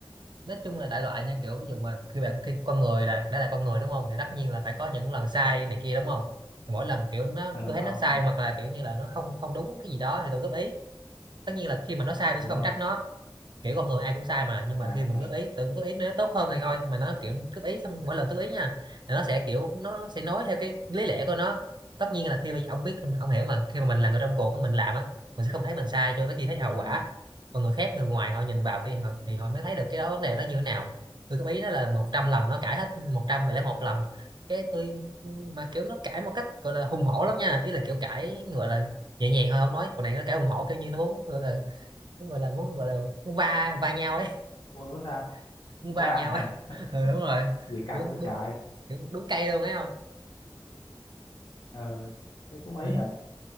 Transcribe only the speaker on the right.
nói chung là đại loại nha kiểu ví dụ mà khi bạn khi con người là đã là con người đúng không thì tất nhiên là phải có những lần sai này kia đúng không Thì mỗi lần kiểu nó
tôi thấy
nó sai
hoặc là kiểu như là nó không không đúng cái gì đó thì tôi góp ý tất nhiên là khi mà nó sai tôi
sẽ không
trách nó kiểu con người ai cũng sai mà nhưng mà
khi mà góp ý tự góp ý nó tốt hơn thì thôi mà nó kiểu góp ý xong mỗi lần góp ý nha là nó sẽ kiểu nó sẽ nói theo cái lý lẽ của nó tất nhiên là khi mà ông biết ông hiểu mà khi mà mình là người trong cuộc mình làm á mình sẽ không thấy mình sai cho tới khi thấy hậu
quả còn người khác người ngoài họ nhìn vào đi họ, thì họ mới thấy được cái đó vấn đề đó như thế nào tôi góp ý nó là 100 lần nó cãi hết một trăm mày lấy một lần cái tôi mà kiểu nó cãi một cách gọi là hùng hổ lắm nha ý là kiểu cãi gọi là nhẹ nhàng thôi không nói còn này nó cãi hùng hổ kiểu như nó muốn gọi là muốn gọi là muốn gọi là muốn va va nhau ấy
<laughs> muốn va
nhau ấy ừ, đúng rồi
kiểu
đúng
kiểu đúng cây luôn ấy không
ừ.